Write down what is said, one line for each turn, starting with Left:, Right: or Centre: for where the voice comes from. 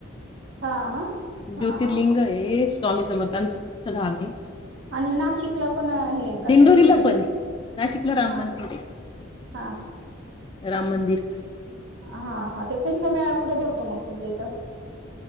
Right: हा हा
Left: ज्योतिर्लिंग
Right: हा.
Left: हे स्वामी समर्थांच मोठ धामये
Right: आणि नाशिकला पण हे कशाच
Left: दिंडोरीला
Right: तर
Left: पण आहे. नाशिकला राम
Right: हा
Left: मंदिर
Right: हा हा
Left: राम मंदिर
Right: हा हा ते कुंभमेळा कुठे भरतो मग? तुमच्या इथ